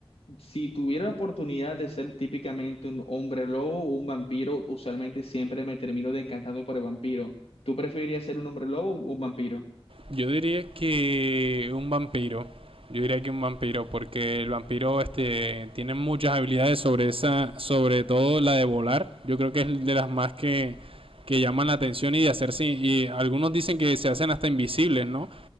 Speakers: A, on the left; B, on the right.
A: si tuviera la oportunidad de ser típicamente un hombre lobo o un vampiro, usualmente siempre me termino decantando por el vampiro. ¿Tú preferirías ser un hombre lobo o un vampiro?
B: Yo diría que un vampiro. Yo diría que un vampiro, porque el vampiro este, tiene muchas habilidades sobre esa, sobre todo la de volar. Yo creo que es de las más que, que llaman la atención y de hacerse. Y algunos dicen que se hacen hasta invisibles, ¿no?